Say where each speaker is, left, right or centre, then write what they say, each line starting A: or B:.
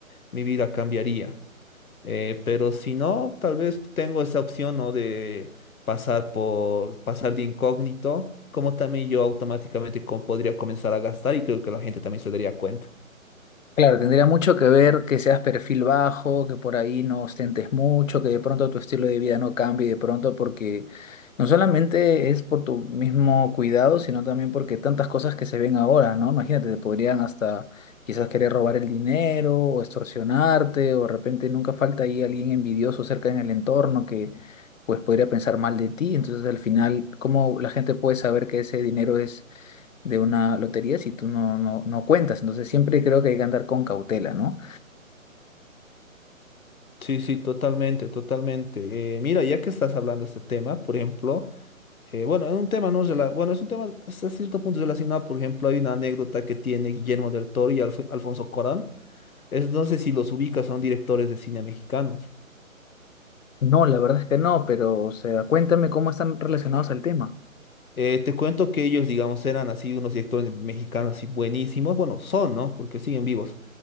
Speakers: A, on the left; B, on the left.
A: mi vida cambiaría. Eh, pero si no, tal vez tengo esa opción, ¿no? De pasar por, pasar de incógnito, como también yo automáticamente co- podría comenzar a gastar y creo que la gente también se daría cuenta.
B: Claro, tendría mucho que ver que seas perfil bajo, que por ahí no ostentes mucho, que de pronto tu estilo de vida no cambie de pronto porque no solamente es por tu mismo cuidado, sino también porque tantas cosas que se ven ahora, ¿no? Imagínate, te podrían hasta quizás querer robar el dinero o extorsionarte o de repente nunca falta ahí alguien envidioso cerca en el entorno que pues podría pensar mal de ti. Entonces al final, ¿cómo la gente puede saber que ese dinero es de una lotería si tú no, no, no cuentas. Entonces siempre creo que hay que andar con cautela, ¿no?
A: Sí, sí, totalmente, totalmente. Eh, mira, ya que estás hablando de este tema, por ejemplo, eh, bueno, es un tema no rela- bueno, es un tema hasta cierto punto relacionado, por ejemplo, hay una anécdota que tiene Guillermo del Toro y Alf- Alfonso Corán. Es, no sé si los ubicas, son directores de cine mexicanos.
B: No, la verdad es que no, pero o sea, cuéntame cómo están relacionados al tema.
A: Eh, te cuento que ellos, digamos, eran así unos directores mexicanos así buenísimos. Bueno, son, ¿no? Porque siguen vivos.